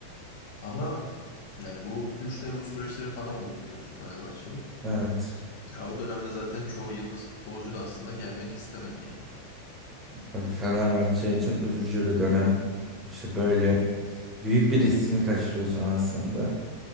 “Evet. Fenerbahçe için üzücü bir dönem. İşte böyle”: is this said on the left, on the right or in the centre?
Right